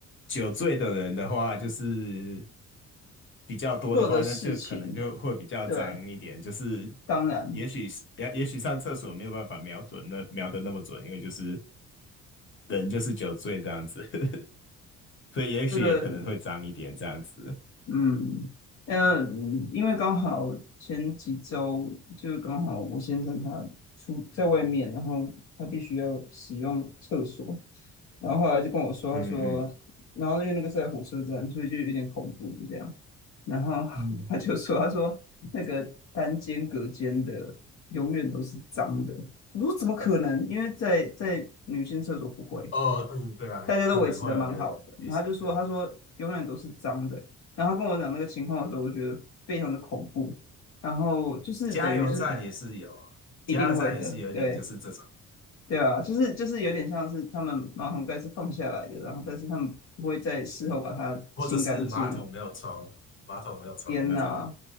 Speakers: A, on the left; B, on the left.
A: 酒醉的人的话，就是比较多的话，
B: 做的事情，
A: 那就可能就会比较脏一点。
B: 对，
A: 就是
B: 当然。
A: 也许是也也许上厕所没有办法瞄准那瞄的那么准，因为就是人就是酒醉这样子。<laughs> 所以也许也可能会脏一点这样子。
B: 这个，嗯，呃，因为刚好前几周就是刚好我先生他出在外面，然后他必须要使用厕所，然后后来就跟我说，
A: 嗯嗯，
B: 他说，然后因为那个是在火车站，所以就有点恐怖这样，然后
A: 嗯，
B: <laughs> 他就说，他说那个单间隔间的永远都是脏的，我说怎么可能？因为在在女性厕所不会。
A: 哦，对对啊，
B: 大家都维持的蛮好的。
A: 可能会有流旅行，
B: 然后他就说，
A: 对，
B: 他说永远都是脏的。然后他跟我讲那个情况的时候，我觉得非常的恐怖。然后就是等于是
A: 加油站也是有，
B: 一定会的，
A: 加油站也是有一点就是这种，
B: 对对啊，就是就是有点像是他们马桶盖是放下来的，然后但是他们不会在事后把它清干净。
A: 或者是马桶没有冲，马桶没有冲那种，
B: 天呐，